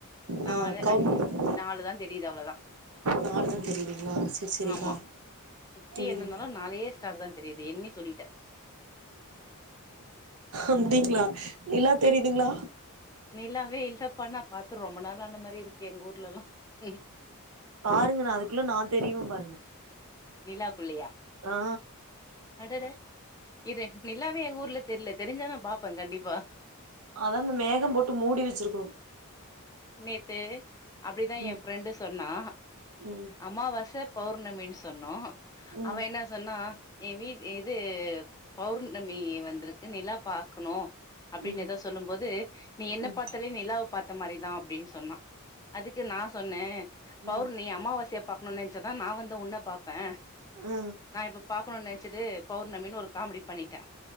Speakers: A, on the left; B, on the right.
A: நாலு
B: ஆ கவுண்ட்
A: அஞ்சு நாலு தா தெரியுது அவ்ளோதா
B: நாலுதா தெரியுதுங்களா செரி செரிக்கா
A: ஆமா சுத்தி
B: ம்
A: எண்ணுனதா நாலே ஸ்டார் தா தெரியுது எண்ணி சொல்லிட்டே
B: அப்டிங்களா நிலா தெரியுதுங்களா
A: நிலாவே இல்லப்பா நா பாத்து ரொம்ப நாள் ஆனா மாறி இருக்கே எங்க ஊர்லல்லா ம் ம்
B: பாருங்க நா அதுக்குள்ள நா தெரிவே பாருங்க
A: நிலா குள்ளயா
B: ஆ
A: அடட இரு நல்லாவே எங்க ஊர்ல தெரில தெரிஞ்சா நா பாப்பே கண்டிப்பா
B: அதா அந்த மேகம் போட்டு மூடி வச்சிருக்கு
A: நேத்து அப்படிதா
B: ம்
A: ஏ ஃப்ரெண்டு சொன்னா
B: ம்
A: அம்மாவாச பௌர்ணமின்னு சொன்னோ
B: ம்
A: அவ என்னா சொன்னா ஏ வீட் எது பௌர்ணமி வந்திருக்கு நிலா பாக்கணு அப்டின்னு
B: ம்
A: எதோ சொல்லும் போது நீ என்ன
B: ம் ம்
A: பாத்தாலே நீ நிலாவ பாத்த மாரிதா அப்டின்னு சொன்னா அதுக்கு நா சொன்ன பௌர்ணி
B: ம்
A: அமாவாசயை பாக்கணும்னு நனைச்சாதா நா வந்து உன்ன பாப் ப்பே
B: ஆ
A: நா இப்ப நினைச்சது பௌர்ணமின்னு ஒரு காமெடி பண்ணிட்டே